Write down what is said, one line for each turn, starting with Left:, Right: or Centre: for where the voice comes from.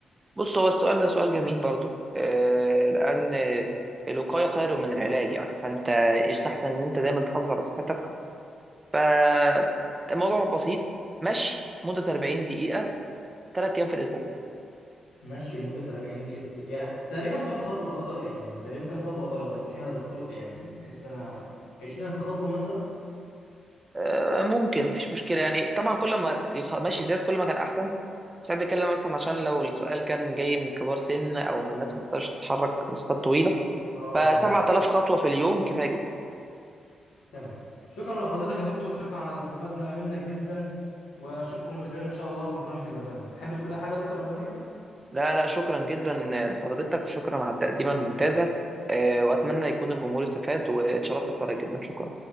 Right: بص هو السؤال ده سؤال جميل برضو آه، لان الوقايه خير من العلاج يعني فانت يستحسن ان انت دايما تحافظ على صحتك فالموضوع بسيط مشي مده 40 دقيقه ثلاث ايام في الاسبوع
Left: مشي لمدة 40 دقيقة يعني تقريبا كم خطوة تقدر يعني تقريبا كم خطوة أقدر أمشيها يا دكتور يعني بحيث إن أنا 20000 خطوة مثلا
Right: آه، ممكن مفيش مشكله يعني طبعا كل ما المشي زاد كل ما كان احسن بس احنا بنتكلم مثلا عشان لو السؤال كان جاي من كبار سن او من ناس ما بتقدرش تتحرك مسافات طويله
Left: اه
Right: ف
Left: تمام
Right: 7000 خطوه في اليوم كفايه جدا
Left: تمام شكرا لحضرتك يا دكتور شكرا على استفادنا منك جدا واشوفكم بخير ان شاء الله في برنامج البرنامج تحب تقول اي حاجه يا دكتور قبل ما نقفل
Right: لا لا شكرا جدا لحضرتك وشكرا على التقديمه الممتازه آه، واتمنى يكون الجمهور استفاد واتشرفت بحضرتك جدا شكرا